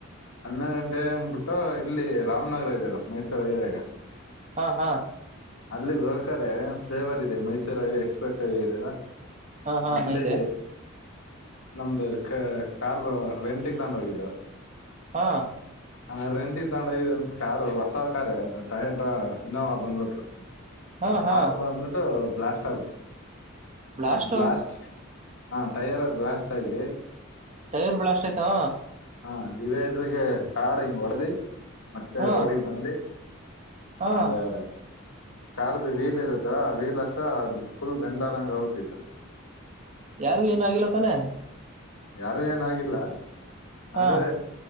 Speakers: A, on the left; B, on the right.
A: ಹನ್ನಡ್ ಗಂಟೆ ಹಂಗ್ ಬಿಟ್ಟು ಇಲ್ಲಿ ರಾಮನಗರ ಇದ್ಯಲ್ಲ ಮೈಸೂರು ಅಯ್ಯಗ
B: ಹಾ ಹಾ
A: ಅಲ್ಲಿ ಬರಕಾರೆ ಫ್ಲೇವರ್ ಇದೆ ಮೈಸೂರು ಹೈವೇ ಎಕ್ಸ್ಪ್ರೆಸ್ ಹೈವೇ ಇದೆೆಯಲ್ಲ,
B: ಹಾ
A: ಅಲ್ಲಿ
B: ಹಾ ಇದೆ
A: ನಮ್ದು ಕ ಕಾರ್ ರೆಂಟ್ಗೆ ತಂಡು ಹೋಗಿದ್ದೋ.
B: ಹಾ
A: ಹ ರೆಂಡಿದ್ ತಂಗಂಡ್ ಇ ಒಂದ್ ಕಾರಾ ಹೊಸ ಕಾರಾರ್ ಟಯೋಟ ಇನ್ನ ಬಂದ್ಬಿಟ್ಟು
B: ಹಾ
A: ಆ
B: ಹಾ
A: ಕಾರ್ ಬಂದ್ಬಿಟ್ಟು ಬ್ಲಾಸ್ಟ್ ಆಔಟ್
B: ಬ್ಲಾಸ್ಟು
A: ಆ ಬ್ಲಾಸ್ಟ್ ಹಾ ಟಯಾರ ಬ್ಲಾಸ್ಟ್ ಆಗಿ
B: ಟೈರ್ ಬ್ಲಾಸ್ಟ್ ಆಯ್ತಾ.
A: ಹಾ ಡಿವೈಡ್ರಗೆ ಕಾರ್ ಹಿಂಗ ಹೊಡೆದಿ ಮತ್ತೆ
B: ಹಾ
A: ರೋಡಿಗೆ ಬಂದಿ
B: ಹಾ
A: ಅದೇ ಕಾರ್ದ ವೀಲ್ ಇರುತ್ತ ವೀಲ್ ಹತ್ತ ಅದ ಫುಲ್ ಬೆಂಡಾದಂಗ ಆಗ್ಬುಟ್ಟಿತ್ತು
B: ಯಾರಿಗು ಏನ ಆಗಿಲ್ಲತಾನೆ?
A: ಯಾರು ಏನಾಗಿಲ್ಲ
B: ಹಾ
A: ಆದ್ರೆ